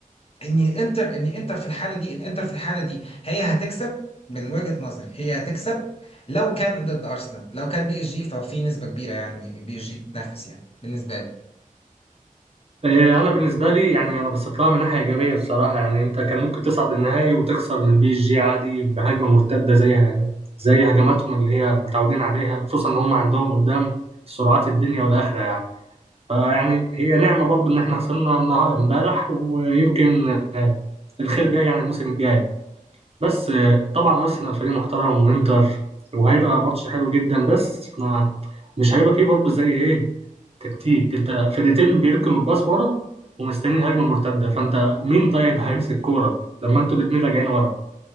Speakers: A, on the left (about 45°); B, on the right (about 45°).
A: ان انتر ان انتر في الحاله دي الانتر في الحاله دي هي هتكسب من وجهه نظري هي هتكسب لو كان ضد ارسنال لو كان بي اس جي ففي نسبه كبيره يعني بي اس جي تنافس يعني بالنسبه لي
B: إيه، انا بالنسبه لي يعني انا بثق لها من ناحيه ايجابيه الصراحه يعني انت كان ممكن تصعد النهائي وتخسر من بي اس جي عادي بهجمه مرتده زيها زي هجماتهم اللي هي متعودين عليها خصوصا ان هم عندهم قدام سرعات الدنيا والاخره يعني فيعني هي نعمه برضو ان احنا خسرنا النهائي امبارح ويمكن آه، الخير جاي يعني الموسم الجاي بس آه، طبعا ارسنال فريق محترم وانتر وهيبقى ماتش حلو جدا بس ما مش هيبقى فيه برضه زي ايه تكتيك انت فرقتين بيركنوا الباص ورا ومستنيين هجمه مرتده فانت مين طيب هيمسك الكوره لما انتوا الاثنين راجعين ورا